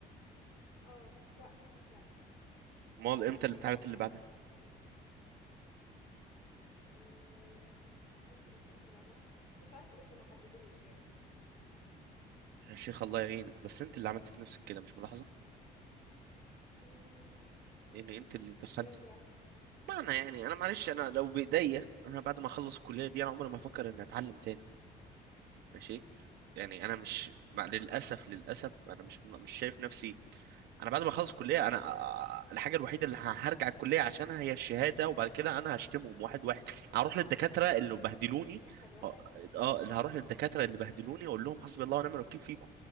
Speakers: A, on the left; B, on the right.
A: اه لا لا
B: امال امتى الامتحانات
A: بس
B: اللي بعدها؟
A: إيه... امتى الامتحانات اللي بعدها مش عارفة لسه ما حددوش يعني
B: يا شيخ الله يعينك بس انت اللي عملت في نفسك كده مش ملاحظة؟
A: مم.
B: يعني انت اللي دخلت
A: ازاي بقى
B: معنى يعني انا معلش انا لو بايديا انا بعد ما اخلص الكلية دي انا عمري ما افكر اني اتعلم تاني ماشي يعني انا
A: اه
B: مش مع للاسف للاسف انا مش مش شايف نفسي انا بعد ما اخلص
A: مم.
B: الكليه انا آه، آه، الحاجه الوحيده اللي ه- هرجع الكليه عشانها هي الشهاده وبعد كده انا هشتمهم واحد واحد هروح للدكاتره اللي بهدلوني
A: واحد واحد
B: اه آه، اللي هروح للدكاتره اللي بهدلوني واقول لهم حسبي الله ونعم الوكيل فيكم